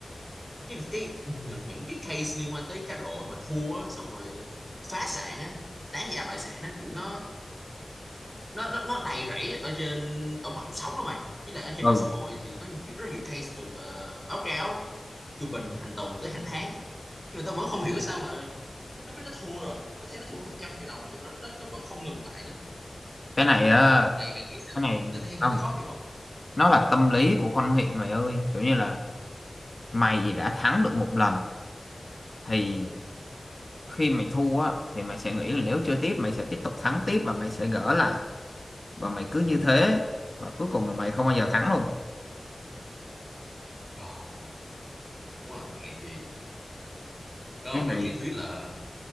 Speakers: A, in the centre; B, on the left (about 30°).
A: cái cái những, những cái case liên quan tới cá độ mà thua á, xong rồi phá sản á tán gia bại sản nó kiểu nó nó nó nó đầy rẫy ở trên ở ngoài cuộc sống đó mày với lại ở trên
B: ừ
A: mạng xã hội thì có nhiều, rất là nhiều case được ờ, báo cáo trung bình hàng tuần tới hàng tháng nhưng mà tao vẫn không hiểu sao mà nó biết nó thua rồi nó thấy nó thua hàng trăm triệu đồng rồi nhưng mà nó, nó, nó vẫn không ngừng lại nữa
B: cái này á
A: mày mày nghĩ sao
B: cái này
A: ta thấy
B: không
A: hơi thấy khó hiểu á
B: nó là tâm lý của con nghiện mày ơi kiểu như là mày đã thắng được một lần thì khi mày thua á thì mày sẽ nghĩ là nếu
A: ừ.
B: chưa tiếp mày sẽ tiếp tục thắng tiếp và mày sẽ gỡ lại và mày cứ như thế và cuối cùng là mày không bao giờ thắng luôn
A: ờ đúng rồi hèn gì đó
B: cái
A: là
B: này
A: câu truyền thuyết là